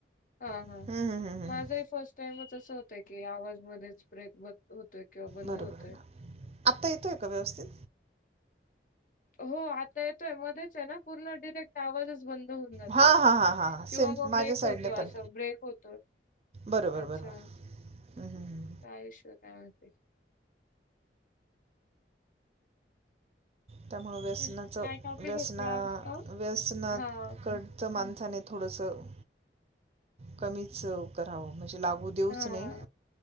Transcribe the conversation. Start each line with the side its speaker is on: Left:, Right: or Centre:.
Left: हा
Right: हम्म,
Left: हा
Right: हम्म, हम्म, हम्म.
Left: माझाही फर्स्ट टाइमच असं होतय की आवाज मध्येच ब्रेक बंद होतोय. किंवा बंद
Right: बरोबर
Left: होतोय
Right: आहे ना आत्ता येतोय का व्यवस्थित
Left: हो आता येतोय मध्येच आहे ना पुर्ण डिरेक्ट आवाजच बंद होऊन जातोच
Right: हां
Left: असं
Right: हां
Left: होतय
Right: हां हां
Left: किंवा
Right: सेम
Left: मग ब्रेक
Right: माझ्या साईडने
Left: होतो
Right: पण
Left: असं ब्रेक होतोय
Right: बरोबर
Left: अच्छा
Right: बरोबर हम्म, हम्म, हम्म.
Left: काय काय होते
Right: त्यामुळे व्यसनाच
Left: तर काय टॉपिक
Right: व्यसना
Left: होतला अ?
Right: व्यसनाकडच
Left: हा
Right: मान खाणे थोडसं कमीच करावं म्हणजे हो देऊच
Left: हा.
Right: नाही